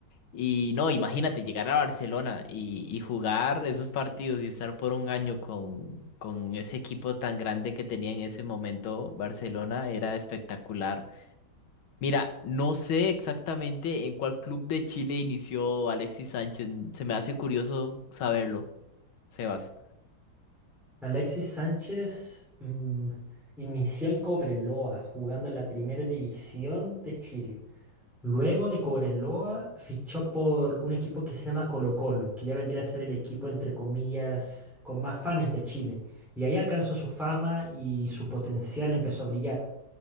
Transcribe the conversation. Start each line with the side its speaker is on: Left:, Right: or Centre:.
Left: Y no, imagínate llegar a Barcelona y, y jugar esos partidos y estar por un año con, con ese equipo tan grande que tenía en ese momento Barcelona era espectacular. Mira, no sé exactamente en cuál club de Chile inició Alexis Sánchez. Se me hace curioso saberlo, Sebas.
Centre: Alexis Sánchez mm, inició en Cobreloa, jugando en la primera división de Chile. Luego de Cobreloa, fichó por un equipo que se llama Colo Colo, que ya vendría a ser el equipo, entre comillas, con más fans de Chile. Y ahí alcanzó su fama y su potencial empezó a brillar.